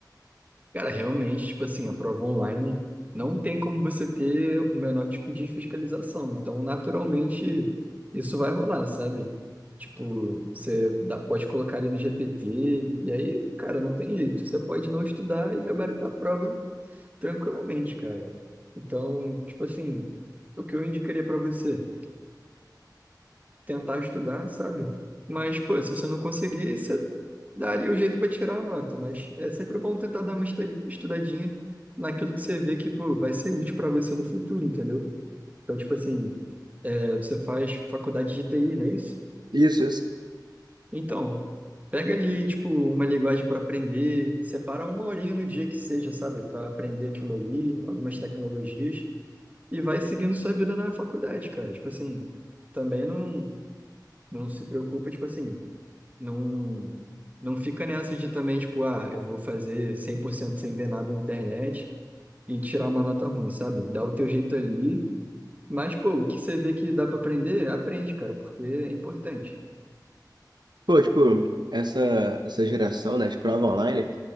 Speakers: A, on the right; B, on the right.
A: Cara, realmente, tipo assim, a prova online não tem como você ter o menor tipo de fiscalização. Então, naturalmente, isso vai rolar, sabe? Tipo, você dá- pode colocar ali no GPT, e aí, cara, não tem jeito. Você pode não estudar e gabaritar a prova tranquilamente, cara. Então, tipo assim, o que eu indicaria pra você? tentar estudar, sabe? Mas, pô, se você não conseguir, você dá ali o jeito para tirar a nota. Mas é sempre bom tentar dar uma estu- estudadinha naquilo que você vê que, pô, vai ser útil para você no futuro, entendeu? Então, tipo assim, é, você faz faculdade de TI, não é isso?
B: Isso, isso.
A: Então, pega ali, tipo, uma linguagem para aprender, separa uma horinha no dia que seja, sabe? Para aprender aquilo ali, algumas tecnologias, e vai seguindo sua vida na faculdade, cara. Tipo assim, também não, não se preocupa, tipo assim. Não, não fica nessa de também, tipo, ah, eu vou fazer 100% sem ver nada na internet e tirar uma nota ruim, sabe? Dá o teu jeito ali, mas, pô, o que você vê que dá pra aprender, aprende, cara, porque é importante.
B: Pô, tipo, essa, essa geração, né, de prova online.